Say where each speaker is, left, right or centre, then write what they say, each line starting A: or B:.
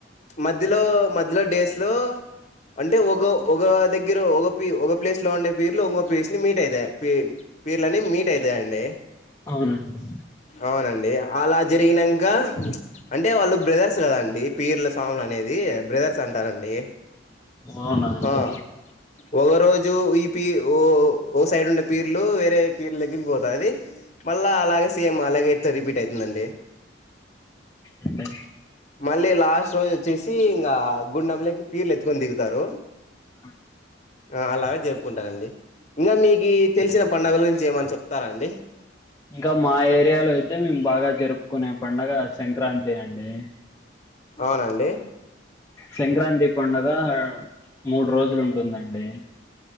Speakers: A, on the left; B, on the left.
A: మధ్యలో మద్ అలో డేస్ లో, అంటే ఒగ ఓగా దెగ్ గ్గరో ఒగ పీర్ ఒగ ప్లేస్ లో ఉండే పీర్ లు ఉంగో పీర్స్ నీ మీట్ అయితాయ పీర్ పిర్లన్ని మీట్ అయితాయండి.
B: అవునండి
A: అవునండి. అలా జరిగినంకా, అంటే వాళ్ళు బ్రదర్స్ కదండి పీర్ల స్వాములు అనేది బ్రదర్స్ అంటారండి,
B: అవునా అండి
A: ఆ ఒక రోజు ఈ పీర్ ఓ ఓ సైడ్ ఉండే పీర్లు వేరే పీర్లు దగ్గరికి పోతాది మళ్ళా అలాగె సేమ్ అలాగే ఇట్ల రిపీట్ అయితుంది అండి
B: అంటే
A: మళ్ళీ లాస్ట్ రోజు వచ్చేసీ ఇంగా, గుండెంలకి పీర్లు ఎత్తుకొని దిగుతారూ.
B: ఆ
A: ఆ అలాగే జరుపుకుంటారండి. ఇంగా మీకీ తెలిసిన పండగల్ గురించి ఏమన్న చెప్తారాండి
B: ఇంకా మా ఏరియాలో ఐ తే మేమ్ బాగా జరుపుకునే పండగా సంక్రాంతి అండీ.
A: అవునా అండి.
B: సంక్రాంతి పండగా మూడు రోజులు ఉంటుందండీ.